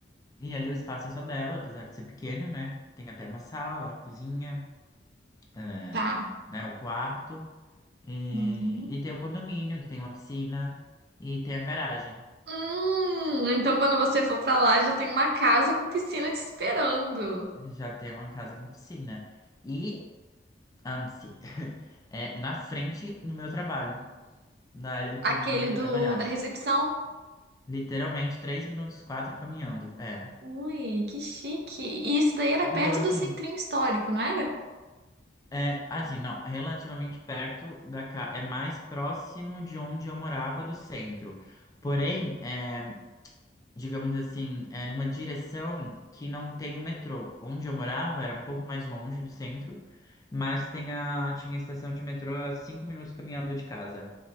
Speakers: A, on the left; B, on the right.
A: E ali o espaço é só dela, apesar de ser pequeno, né? Tem até uma sala, a cozinha, eh,
B: tá.
A: né, o quarto. E,
B: Uhum.
A: e tem o condomínio, que tem uma piscina e tem a garagem.
B: Hum, então quando você for pra lá, já tem uma casa com piscina te esperando.
A: Já tem uma casa com piscina. E antes, <laughs> é na frente do meu trabalho, da área do
B: Aquele
A: camping onde
B: do
A: eu trabalhava.
B: da recepção.
A: Literalmente, três minutos, quatro caminhando. É.
B: Ui, que chique. E isso daí era
A: Então,
B: perto
A: assim,
B: do centrinho histórico, não era?
A: é assim, não, relativamente perto da casa. É mais próximo de onde eu morava do centro. Porém, é. digamos assim, é, numa direção que não tem o metrô. Onde eu morava era um pouco mais longe do centro, mas tem a- tinha estação de metrô a cinco minutos caminhando de casa.